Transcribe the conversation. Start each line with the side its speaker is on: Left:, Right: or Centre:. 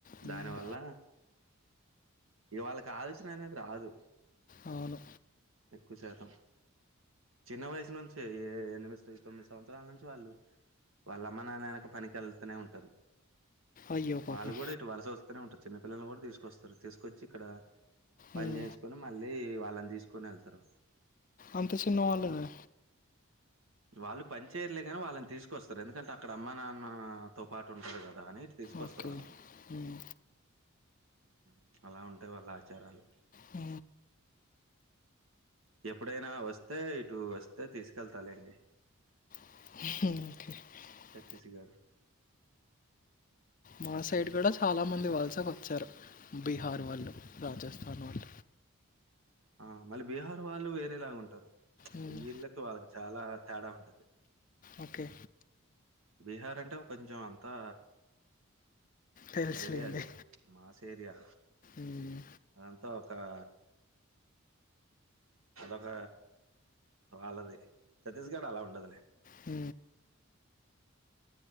Left: మ్మ్.
Right: దానివల్ల ఇక వాళ్ళకి ఆలోచన అనేది రాదు
Left: అవును
Right: ఎక్కువ శాతం చిన్న వయసు నుంచే ఏ ఎనిమిది తొమ్మిది సంవత్సరాల నుంచి వాళ్ళు వాళ్ళ అమ్మ నాయన వెనక పనికి వెళ్తూనే ఉంటారు
Left: అయ్యో పాపం
Right: వాళ్ళు కూడా ఇటు వలస వస్తూనే ఉంటారు చిన్నపిల్లల్ని కూడా తీసుకొస్తారు తీసుకొచ్చి ఇక్కడ పని
Left: మ్మ్,
Right: చేసుకొని మళ్ళీ వాళ్ళని తీసుకొని వెళ్తారు
Left: అంత చిన్న వాళ్ళని
Right: వాళ్ళు పని చేయర్లే కానీ వాళ్ళని తీసుకొస్తారు ఎందుకంటే అక్కడ అమ్మ నాన్న తో పాటు ఉంటడు కదా దాన్ని ఇటు తీసుకొస్తారు
Left: ఓకే
Right: వాళ్ళని
Left: ఉమ్,
Right: ఉమ్ అలా ఉంటాయి వాళ్ళ ఆచారాలు
Left: అ
Right: ఎప్పుడైనా వస్తే ఇటు వస్తే తీసుకెళ్తాలండి
Left: ఇక
Right: తెసి గారు
Left: మా సైడ్ కూడా చాలా మంది వలసకు వచ్చారు బిహార్ వాళ్ళ రాజస్థా వాళ్ళ
Right: ఆ మళ్ళీ బీహార్ వాళ్ళు వేరేలాగా ఉంటారు
Left: ఉమ్,
Right: ఈ ఇళ్ళకి వాళ్ళకి చాలా తేడా ఉంటుంది
Left: ఓకే
Right: బీహార్ అంటే కొంచెం అంతా
Left: తెలుసులేండి
Right: వేరే అది మాస్ ఏరియా
Left: ఉమ్,
Right: అదంతా స అదొక వాళ్ళది ఛత్తీస్గఅలా ఉండదులే
Left: హ